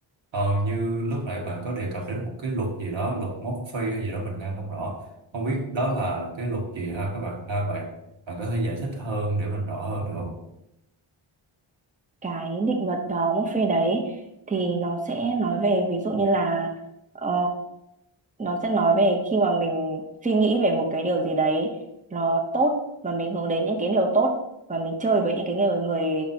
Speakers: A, on the right; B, on the right.
A: ờ, như lúc nãy bạn có đề cập đến một cái luật gì đó luật mốc phi hay gì đó mình nghe không rõ không biết đó là cái luật gì ha các bạn ha bạn bạn có thể giải thích hơn để mình rõ hơn được không
B: cái định luật uh, Murphy đấy thì nó sẽ nói về ví dụ như là ờ, nó sẽ nói về khi mà mình suy nghĩ về một cái điều gì đấy nó tốt và mình hướng đến những cái điều tốt và mình chơi với những cái người người